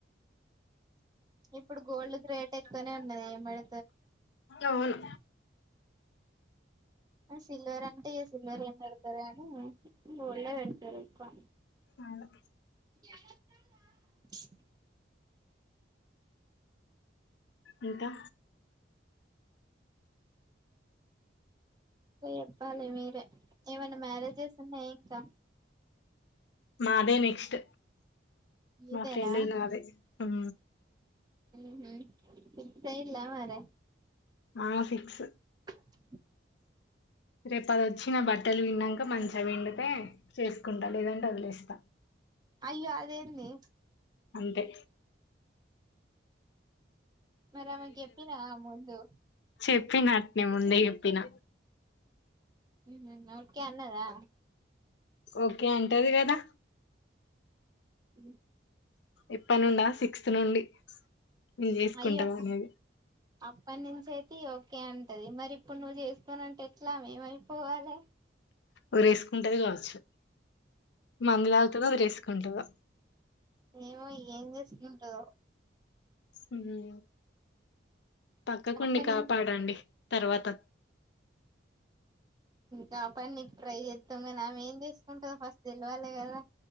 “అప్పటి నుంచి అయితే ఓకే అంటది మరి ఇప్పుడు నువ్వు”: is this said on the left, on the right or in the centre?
Right